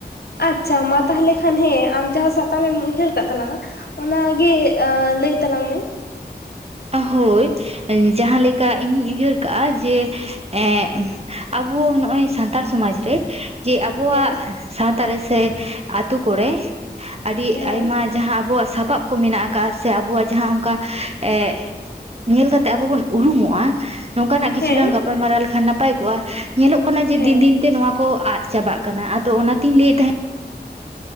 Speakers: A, on the left; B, on the right.
A: ᱟᱪᱪᱷᱟ ᱢᱟ ᱛᱟᱦᱚᱞᱮ ᱠᱷᱟᱱ ᱦᱮᱸ ᱟᱢ ᱡᱟᱦᱟᱸ ᱥᱟᱛᱟᱢᱮ ᱮᱢ ᱩᱭᱦᱟᱹᱨ ᱠᱫ ᱛᱟᱞᱟᱝᱟ, ᱚᱱᱟᱜᱤ ᱞᱟᱹᱭ ᱛᱟᱞᱟᱝ ᱢᱮ᱾
B: ᱦᱳᱭ ᱡᱟᱦᱟᱸᱞᱮᱠᱟ ᱤᱧᱤᱧ ᱩᱭᱦᱟᱹᱨ ᱠᱟᱜᱼᱟ ᱡᱮ ᱮ ᱟᱵᱚ ᱱᱚᱜᱼᱚᱭ ᱥᱟᱱᱛᱟᱲ ᱥᱚᱢᱟᱡᱽ ᱨᱮ ᱡᱮ ᱟᱵᱚᱣᱟᱜ
A: ᱦᱮᱸ
B: ᱥᱟᱶᱛᱟ ᱨᱮᱥᱮ ᱟᱛᱳ ᱠᱚᱨᱮ ᱟᱹᱰᱤ
A: ᱦᱮᱸ
B: ᱟᱭᱢᱟ ᱡᱟᱦᱟᱸ ᱟᱵᱚᱣᱟᱜ ᱥᱟᱯᱟᱵ ᱠᱚ ᱢᱮᱱᱟᱜ ᱟᱠᱟᱫ ᱥᱮ ᱟᱵᱚᱣᱟᱜ ᱡᱟᱦᱟᱸ ᱚᱱᱠᱟ ᱮ ᱧᱮᱞ ᱠᱟᱛᱮᱜ ᱟᱵᱚ ᱵᱚᱱ ᱩᱨᱩᱢᱚᱜᱼᱟ ᱱᱚᱝᱠᱟᱱᱟᱜ ᱠᱤᱪᱷᱩᱟᱝ
A: ᱦᱮᱸ
B: ᱜᱟᱯᱟ ᱜᱟᱯᱟᱭ ᱢᱟᱨᱟᱣ ᱞᱮᱠᱷᱟᱱ ᱱᱟᱯᱟᱭ ᱠᱚᱜᱼᱟ ᱧᱮᱞᱚᱜ ᱠᱟᱱᱟ ᱡᱮ
A: ᱦᱮᱸ
B: ᱫᱤᱱ ᱫᱤᱱ ᱛᱮ ᱱᱚᱣᱟ ᱠᱚ ᱟᱫ ᱪᱟᱵᱟᱜ ᱟᱫᱚ ᱚᱱᱟᱛᱤᱧ ᱞᱟᱹᱭᱮᱫ ᱛᱟᱦᱮᱸᱫ,